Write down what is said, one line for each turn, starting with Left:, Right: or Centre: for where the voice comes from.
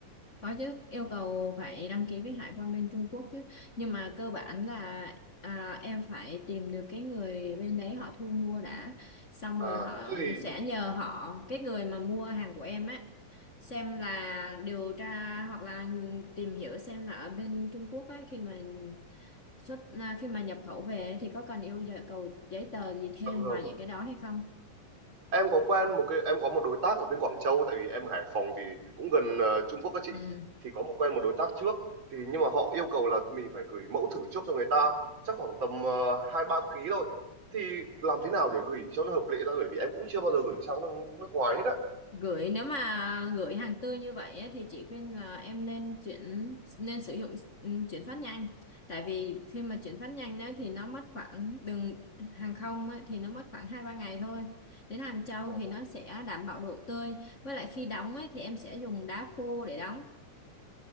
Left: Có chứ, yêu cầu phải đăng ký với hải quan bên Trung Quốc chứ. Nhưng mà cơ bản là à, em phải tìm được cái người bên đấy họ thu mua đã. Xong
Right: à
Left: rồi họ
Right: thế thì
Left: sẽ nhờ họ, cái người mà mua hàng của em á, xem là điều tra hoặc là tìm hiểu xem là ở bên Trung Quốc ấy khi mà xuất à, khi mà nhập khẩu về thì có cần yêu cầu giấy tờ gì thêm
Right: dạ vâng
Left: ngoài những cái đó hay không.
Right: em có quen một cái em có một đối tác ở bên Quảng Châu tại vì em ở Hải Phòng thì cũng gần ờ, Trung Quốc các chị
Left: Ừ.
Right: thì có một quen một đối tác trước thì nhưng mà họ yêu cầu là mình phải gửi mẫu thử trước cho người ta chắc khoảng tầm ờ, hai ba ký thôi thì làm thế nào để gửi cho nó hợp lệ ta gửi vì em cũng chưa bao giờ gửi sang nước, nước ngoài hết á
Left: gửi nếu mà gửi hàng tươi như vậy á, thì chị khuyên là em nên chuyển nên sử dụng ừm, chuyển phát nhanh tại vì khi mà chuyển phát nhanh đấy thì nó mất khoảng đường hàng không á, thì nó mất khoảng hai ba ngày thôi đến Hàng Châu
Right: Ờ,
Left: thì nó sẽ đảm bảo độ tươi với lại khi đóng ấy, thì em sẽ dùng đá khô để đóng